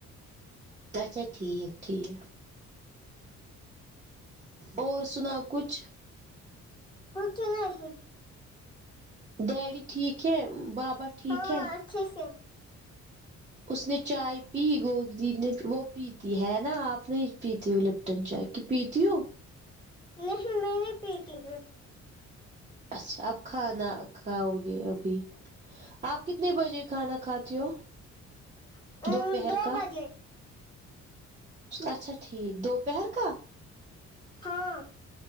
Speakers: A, on the right (about 25°); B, on the left (about 15°).
A: اچھا ٹھیک ٹھیک اور سناؤ کچھ
B: کچھ نہیں
A: ڈیڈی ٹھیک ہے بابا ٹھیک
B: ہاں
A: ہے
B: اچھے سے
A: اس نے چائے پی گوگ جی نے وہ پیتی ہے نا آپ نے پیتی وہ تم چائے کی پیتی ہو
B: نہیں میں نہیں پیتی ہو
A: اچھا اب کھانا کھاؤ گے ابھی آپ کتنے بجے کھانا کھاتے ہو
B: ہوں
A: دوپہر
B: دو
A: کا
B: بجے
A: اچھا ٹھیک دوپہر کا
B: ہاں